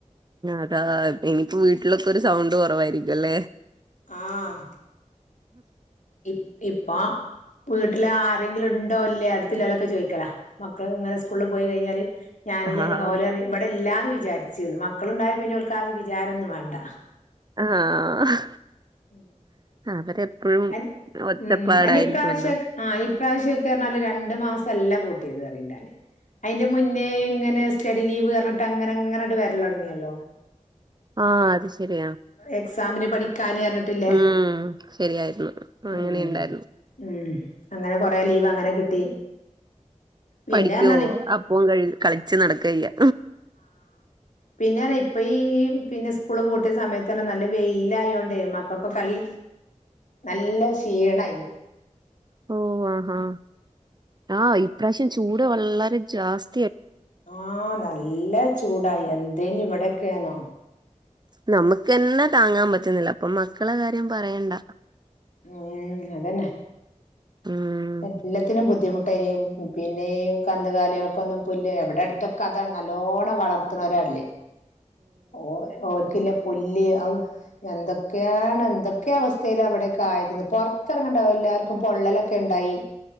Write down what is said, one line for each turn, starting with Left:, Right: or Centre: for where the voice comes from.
Right: അതാ ഇനിയിപ്പോ വീട്ടിലൊക്കൊരു സൗണ്ട് കൊറവായിരിക്കു അല്ലേ
Left: ആഹ് ഇ ഇപ്പൊ വീട്ടിലാരെങ്കില്ണ്ടോ ഇല്ലേ അടുത്തില്ലേലൊക്കെ ചോയ്ക്കാല മക്കള്ങ്ങനെ സ്കൂളില് പോയി കഴിഞ്ഞാല് ഞാന്ലെ
Right: ആഹാ
Left: ഓല്റിം ഇവിടെ ഇല്ലാന്ന് വിചാരിച്ച്ന്ന് മക്കള്ണ്ടായ പിന്നോൽക്കാ വിചാരൊന്നും വാണ്ട
Right: ആഹ്
Left: ഉം
Right: അവരെപ്പഴും
Left: അയിന്
Right: ഒച്ചപ്പാടായിരിക്കുവല്ലോ
Left: ഉം അയിനിപ്രാവശ്യോക് ആ ഇ ഇപ്രാവശ്യക്കെറ്ഞ്ഞാല് രണ്ടു മാസല്ല പൂട്ടിയത്റിണ്ട് ഞാന് അയിന്റെ മുന്നേ ഇങ്ങനെ സ്റ്റഡിലീവ്ർഞ്ഞ്ട്ടങ്ങനെ അങ്ങനെണ്ട് വരല്ലോട്ങ്ങിയല്ലോ
Right: ആഹ് അത് ശരിയാ
Left: എക്സാമിന് പഠിക്കാന് പറഞ്ഞിട്ട്ല്ലേ
Right: ഉം ശരിയായിരുന്നു
Left: ഉം
Right: അങ്ങനെ ഇണ്ടായിരുന്നു
Left: ഉം അങ്ങനെ കൊറെ ലീവ് അങ്ങനെ കിട്ടി
Right: പഠിക്ക്യോ
Left: പിന്നെ പറഞ്ഞാല്
Right: അപ്പം കഴ് കളിച്ച് നടക്കെയ്യ
Left: പിന്നെറിയ ഇപ്പയീ പിന്നെ സ്കൂള് പൂട്ടിയ സമയത്ത്റ്ഞ്ഞാ നല്ല വെയിലായോണ്ടേ മക്കൊക്കെ നല്ല നല്ല ക്ഷീണായി
Right: ഓ ആ ഹാ ആ ഇപ്രാവശ്യം ചൂട് വളരെ ജാസ്
Left: ആ നല്ല ചൂടാ എന്തേന് ഇവിടെക്കെന്നോ
Right: നമുക്ക്ന്നെ താങ്ങാൻ പറ്റ്ണില്ല അപ്പൊ മക്കളെ കാര്യം പറയണ്ട
Left: ഉം അതന്നെ
Right: ഉം
Left: എല്ലത്തിനും ബുദ്ധിമു ട്ടനും പിന്നെ ഈ <unintelligible> പിന്നെ ഈ കന്ന്കാല്യാൾക്കൊന്നും പുല്ല് ഇവിടെ അടുത്തൊക്കെ അതാണ് നല്ലോണം വളർത്ത്ണോലാള്ളെ ഓ ഓല്ക്ക്ല്ലെ പുല്ല് അഹ്‌ എന്തൊക്കെയാണ് എന്തൊക്കെ അവസ്ഥേലാവ്ടെ ക്കായത് പൊറത്തേറങ്ങേനണ്ട എല്ലാര്ക്കും പൊള്ളലൊക്കെണ്ടായി